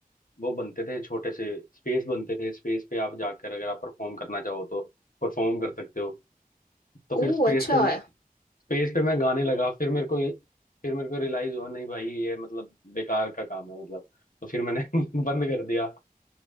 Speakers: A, on the left; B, on the left.
A: वो बनते थे छोटे से स्पेस बनते थे स्पेस पे आप जाकर अगर आप परफॉर्म करना चाहो तो परफॉर्म कर सकते हो तो फिर
B: ओ
A: स्पेस
B: अच्छा
A: पे मैं
B: <laughs>
A: स्पेस पे मैं गाने लगा फिर मेरे को ये फिर मेरे को रियलाइज हुआ नहीं भाई ये मतलब बेकार का काम है मतलब तो फिर मैंने <laughs> बंद कर दिया